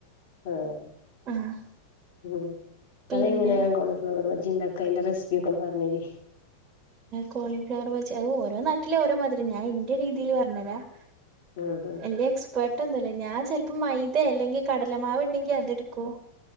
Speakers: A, on the left; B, on the right.
A: ആഹ്
B: ആഹ്
A: ഉം
B: പിന്നെ
A: അതെങ്ങനെയാ കോളിഫ്ലവർ ബജി ഇണ്ടാനക്ക അയിൻ്റെ റെസിപ്പി ഒക്കെന്ന് പറഞ്ഞരി
B: കോളിഫ്ലവർ ബജി അത് ഓരോ നാട്ടില് ഓരോ മാതിരി ഞാ ഇന്റെ രീതിയില് പറഞ്ഞരാം
A: ഉം ഉം
B: എല്ലേക്സ് പെട്ടന്നല്ലെ ഞാൻ ചെലപ്പം മൈതേ അല്ലെങ്കി കടലമാവ്ണ്ടെങ്കി അതെട്ക്കും